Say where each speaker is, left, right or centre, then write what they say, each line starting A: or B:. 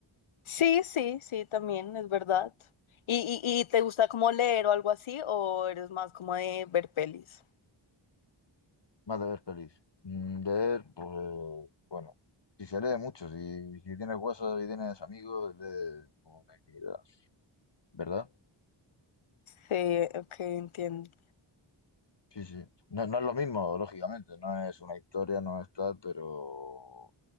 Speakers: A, on the left; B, on the left.
A: Sí, sí, sí, también, es verdad. ¿Y, y, y te gusta como leer o algo así? ¿O eres más como de ver pelis?
B: Más de ver pelis. Mm, De ver, pues, bueno, si se lee mucho, si, si tienes huesos y tienes amigos, lee una infinidad, ¿verdad?
A: Sí, ok, entiendo.
B: Sí, sí. No, no es lo mismo, lógicamente, no es una historia, no es tal, pero